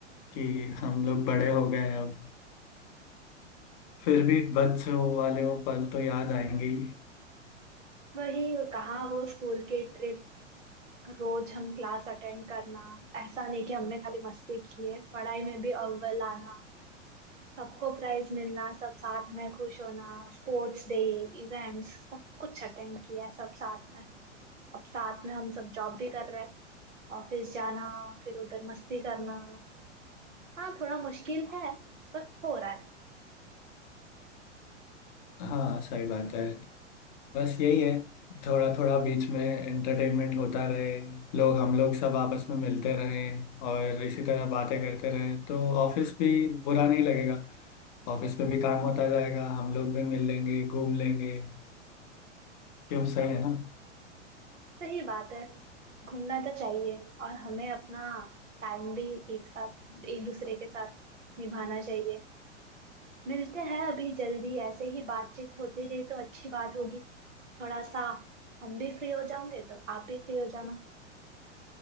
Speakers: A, on the left; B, on the right.
A: कि हम लोग बड़े हो गए हैं अब फिर भी बच्चों वाले वो पल तो याद आएंगे ही
B: वही कहाँ वो स्कूल के ट्रिप रोज हम क्लास अटेंड करना ऐसा नहीं कि हमने खाली मस्ती की है पढ़ाई में भी अव्वल आना सबको प्राइज मिलना सब साथ में खुश होना स्पोर्ट्स डे इवेंट्स सब कुछ अटेंड किया है सब साथ में अब साथ में हम सब जॉब भी कर रहे हैं ऑफिस जाना फिर उधर मस्ती करना हाँ थोड़ा मुश्किल है पर हो रहा है
A: हाँ सही बात है बस यही है थोड़ा थोड़ा बीच में एंटरटेनमेंट होता रहे लोग हम लोग सब आपस में मिलते रहें और इसी तरह बातें करते रहें तो ऑफिस भी बुरा नहीं लगेगा ऑफिस में भी काम होता जाएगा हम लोग भी मिल लेंगे घूम लेंगे क्यों सही है ना
B: सही बात है घूमना तो चाहिए और हमें अपना टाइम भी एक साथ एक दूसरे के साथ निभाना चाहिए मिलते हैं अभी जल्दी ऐसे ही बातचीत होती रही तो अच्छी बात होगी थोड़ा सा हम भी फ्री हो जाएंगे तो आप भी फ्री हो जाना